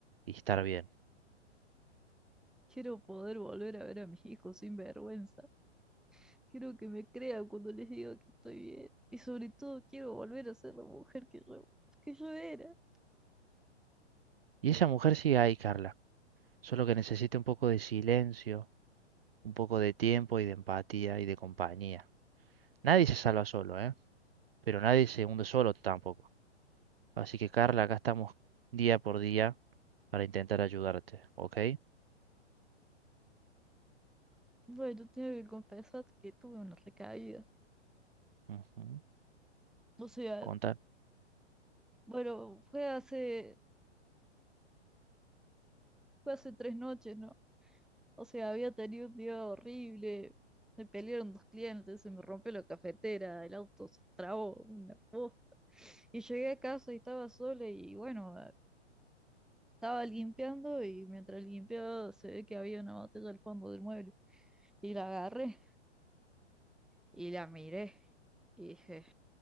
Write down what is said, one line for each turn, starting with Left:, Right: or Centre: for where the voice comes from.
Right: y estar bien.
Centre: Quiero poder volver a ver a mis hijos sin vergüenza. Quiero que me crean cuando les digo que estoy bien. Y sobre todo quiero volver a ser la mujer que yo, que yo era.
Right: Y esa mujer sigue ahí, Carla, solo que necesita un poco de silencio un poco de tiempo y de empatía y de compañía. Nadie se salva solo, ¿eh? Pero nadie se hunde solo tampoco. Así que, Carla, acá estamos día por día para intentar ayudarte, ¿ok?
Centre: Bueno, tengo que confesar que tuve una recaída.
Right: Ujú.
Centre: O sea,
Right: Contar.
Centre: Bueno, fue hace, fue hace tres noches, ¿no? O sea, había tenido un día horrible. Me pelearon dos clientes, se me rompió la cafetera, el auto se trabó, una posta. Y llegué a casa y estaba sola y bueno, estaba limpiando y mientras limpiaba se ve que había una botella al fondo del mueble. Y la agarré y la miré y dije,